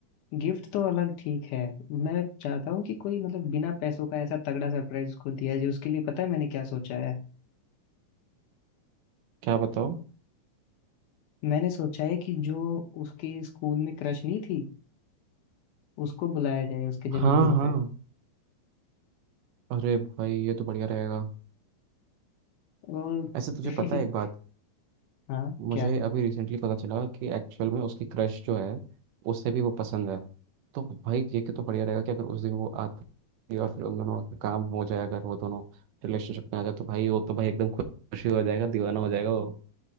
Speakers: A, on the left; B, on the right.
A: गिफ्ट तो अलग ठीक है मैं चाहता हूँ कि कोई मतलब बिना पैसों का ऐसा तगड़ा सरप्राइज उसको दिया जाए उसके लिए पता है मैंने क्या सोचा है
B: क्या बताओ
A: मैंने सोचा है कि जो उसके स्कूल में क्रश नहीं थी उसको बुलाया जाए उसके जन्मदिन
B: हाँ हाँ
A: पे
B: अरे भाई ये तो बढ़िया रहेगा
A: और
B: ऐसे तुझे
A: <laughs>
B: पता है एक बात
A: हाँ
B: मुझे
A: क्या
B: अभी रिसेंटली पता चला कि एक्चुअल में उसकी क्रश जो है उससे भी वो पसंद है तो भाई ये कि तो बढ़िया रहेगा कि अगर उस दिन वो आती है और फिर उन दोनों का काम हो जाए अगर वो दोनों रिलेशनशिप में आ जाए तो भाई वो तो भाई एकदम खुशी हो जाएगा दीवाना हो जाएगा वो